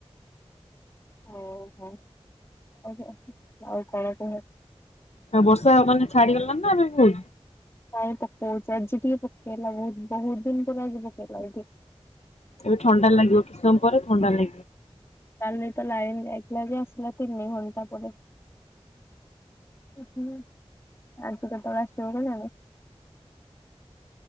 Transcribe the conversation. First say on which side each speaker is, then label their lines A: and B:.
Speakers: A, on the left; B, on the left.
A: ଓ ହୋ <unintelligible> ଆଉ କଣ କୁହ।
B: ଆଉ ବର୍ଷା ହ ମାନେ ଛାଡିଗଲାଣି ନା <unintelligible> ହଉଛି।
A: ନାଇଁ ପକଉଛି ଆଜି ଟିକିଏ ପକେଇଲା ବହୁତ ବହୁତ ଦିନ ପରେ ଆଜି ପକେଇଲା ଏ ଟି
B: ଏବେ ଥଣ୍ଡା ଲାଗିବ କିଛି ସମୟ ପରେ ଥଣ୍ଡା ଲା
A: କାଲିତ ଲାଇନି ଯାଇଥିଲା ଯେ ଆସିଲା ତିନି ଘଣ୍ଟା ପରେ। ଆଜି କେତେବେଳେ ଆସିବ କେଜାଣି।